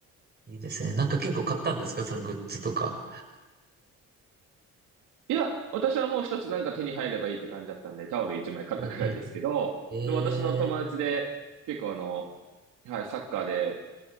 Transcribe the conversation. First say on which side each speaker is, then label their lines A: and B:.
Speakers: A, on the right; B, on the right.
A: いいですね。なんか結構買ったんですかそのグッズとか。
B: いや、私はもう一つなんか手に入ればいいって感じだったんで、タオル一枚買ったくらいですけど、
A: はいはい。ええ
B: でも私の友達で、結構あの、はい、サッカーで、